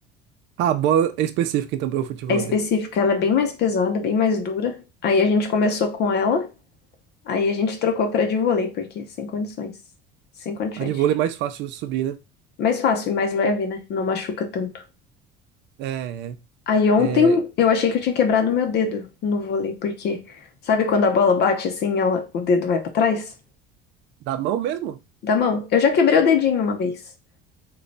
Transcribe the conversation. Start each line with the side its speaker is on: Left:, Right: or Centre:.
Right: Ah, a bola é específica, então, para o futevôlei
Left: É específica, ela é bem mais pesada, bem mais dura. Aí a gente começou com ela, aí a gente trocou pra de vôlei, porque sem condições. Sem condições.
Right: A de vôlei é mais fácil de subir, né?
Left: Mais fácil, e mais leve, né? Não machuca tanto.
Right: É,
Left: Aí ontem
Right: é,
Left: eu achei que eu tinha quebrado meu dedo no vôlei, porque sabe quando a bola bate assim, ela, o dedo vai pra trás?
Right: da mão mesmo?
Left: Da mão. Eu já quebrei o dedinho uma vez.